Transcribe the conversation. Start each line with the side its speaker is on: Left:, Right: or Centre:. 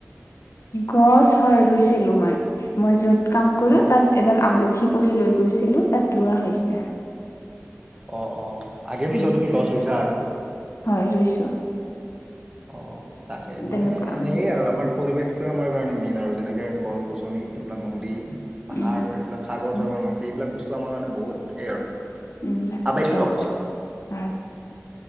Left: গছ হয় ৰুইছিলো মই মই য'ত কাম কৰো
Right: অঁ
Left: তাত। এডাল আমলখি পুলি লৈ গৈছিলোঁ, তাত ৰোৱা হৈছে।
Right: অ' অ' আগে পিছেও
Left: উম
Right: তুমি গছ ৰুইছা আৰু?
Left: হয় ৰুইছোঁ।
Right: অ' তাকে মানে
Left: তেনেকুৱা উম
Right: সেইয়ে আৰু আমাৰ পৰিৱেশটোৱে আমাৰ কাৰণে মেইন আৰু। যেনেকে গছ-গছনি এইবিলাক নদী, পাহাৰ
Left: উম
Right: এইবিলাক। সাগৰ-চাগৰ
Left: উম
Right: মাটি এইবিলাক বস্তু আমাৰ কাৰণে বহুত সেই আৰু।
Left: উম
Right: আৱশ্যক
Left: দৰকাৰ আ'